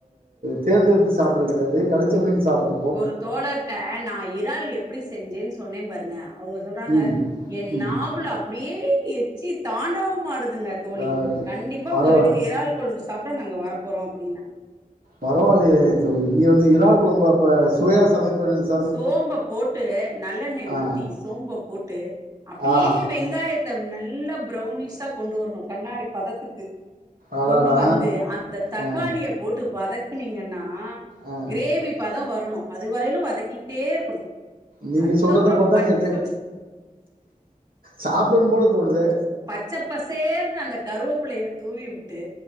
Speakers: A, on the right; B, on the right.
A: தேர்ந்தெடுத்து சாப்பிறது கெடயாது கெடச்ச மீன் சாப்பிட்
B: ஒரு தோழர்ட்ட நா எப் வ்வால் எப்டி செஞ்சேன் சொன்னே பாருங்க அவங்க சொல்றாங்க
A: ம்,
B: என்
A: ம்.
B: நாவுல அப் அப்படியே எச்சி தாண்டவ மாடுதுங்க தோழி
A: ஆ
B: கண்டிப்பா
A: பரவா
B: உங்க வீட்டுக்கு எறாள் கொழும்பு சாப்ட்டா நாங்க வர போறோ அப்படின்னாங்க
A: பரவால்லியே தோழி நீங்க வந்து இறால் கொழம்பு அப்ப சுவையா சமைப்பீங்க
B: சோம்ப போட்டு நல்லெண்ணெய
A: ஆ,
B: ஊத்தி சோம்ப போட்டு அப்டியே
A: ஆஹா!
B: வெங்காய த்தா நல்லா பரௌனிஷா கொண்டு வர்ணு கண்ணாடி பதத்துக்கு
A: அடாடா!
B: கொண்டு வந்து அந்த தக்காளிய
A: ஆ,
B: போட்டு வதக்குனீங்கன்னா
A: ஆ.
B: கிரேவி பதோ வரணு அதுவரையிலு வதக்கிக்கிட்டே இருக்கணு
A: நீங்க
B: அதுக்கப்புறோ
A: சொல்றத பார்த்தா
B: பச்ச
A: இங்க டே சாப்பிடன்னு போல தோணுதே
B: பச்ச பசேர்னு அந்த கருவோப்பிள்ளய தூவி வுட்டு